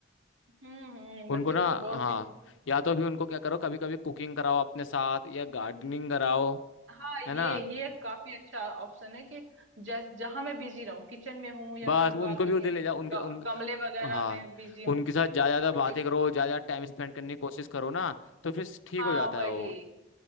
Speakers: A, on the right; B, on the left.
A: हम्म हम्म
B: उनको
A: बच्चे
B: ना
A: तो बहुत
B: हाँ या तो भी उनको क्या करो कभी कभी कुकिंग कराओ अपने साथ या गार्डनिंग कराओ
A: हाँ ये
B: है ना
A: ये काफी अच्छा ऑप्शन है कि जैस जहां मैं बिजी रहूं किचन में हूँ या
B: बस
A: फिर मैं
B: उनको
A: बालकनी
B: भी उधर
A: ऐसे
B: ले
A: कुछ
B: जाओ उनके
A: ग-
B: उन
A: गमले वगैरह
B: हाँ
A: में बिजी हूँ
B: उनके साथ ज्यादा ज्यादा
A: प्लांटेशन
B: बातें करो ज्यादा ज्यादा टाइम स्पेंड करने की कोशिश करो ना तो फिर ठीक
A: हाँ
B: हो जाता
A: वही
B: है वो